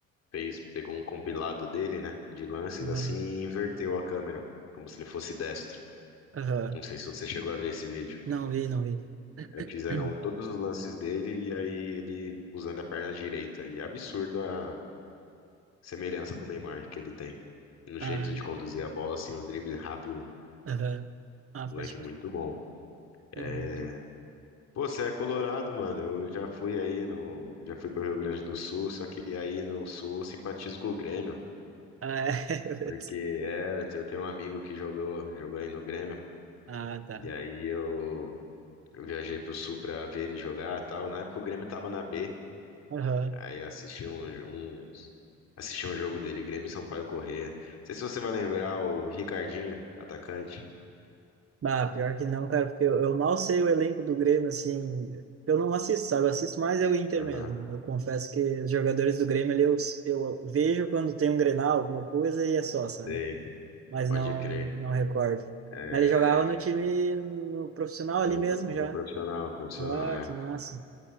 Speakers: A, on the left; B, on the right.
A: fez, pegou um compilado dele, né? De lances
B: uhum.
A: assim e inverteu a câmera, como se ele fosse destro.
B: Aham.
A: Não sei se você chegou a ver esse vídeo.
B: Não vi, não vi.
A: É, Fizeram
B: <clears throat>
A: todos os lances dele e aí ele usando a perna direita. E é absurdo a semelhança com o Neymar que ele tem. No jeito
B: Ah,
A: de conduzir a bola, assim, o drible rápido.
B: aham. Ah,
A: Moleque
B: pode crer.
A: muito bom.
B: É,
A: É...
B: verdade.
A: Pô, você é colorado, mano. Eu já fui aí no. Já fui pro Rio Grande do Sul, só que aí no Sul eu simpatizo com o Grêmio.
B: Ah, é. <laughs> putz.
A: Porque é, eu tenho um amigo que jogou, jogou aí no Grêmio.
B: Ah, tá.
A: E aí eu, eu viajei pro Sul pra ver ele jogar e tal. Na época o Grêmio tava na B.
B: Aham.
A: Aí assisti um, um, assisti um jogo dele, Grêmio e Sampaio Corrêa. Não sei se você vai lembrar o Ricardinho, atacante.
B: Ah, pior que não, cara, porque eu, eu mal sei o elenco do Grêmio, assim. Eu não assisto, sabe? Eu assisto mais é o Inter
A: Aham,
B: mesmo. Eu confesso que os jogadores do Grêmio ali eu, eu vejo quando tem um Grenal, alguma coisa, e é só, sabe?
A: sei.
B: Mas
A: Pode
B: não,
A: crer.
B: não recordo.
A: É,
B: Mas ele jogava no time no profissional
A: no,
B: ali mesmo já.
A: no profissional, profissional,
B: Ah,
A: é.
B: que massa.